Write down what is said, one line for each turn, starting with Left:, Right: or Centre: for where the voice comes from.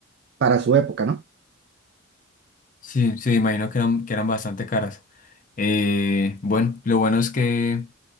Right: para su época, ¿no?
Left: sí, sí, me imagino que eran, que eran bastante caras. Eh, bueno, lo bueno es que...